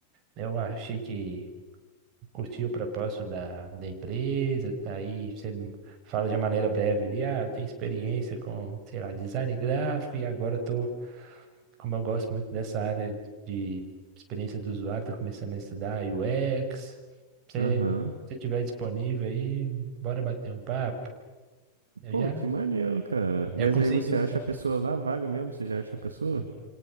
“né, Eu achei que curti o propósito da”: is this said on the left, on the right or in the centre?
Right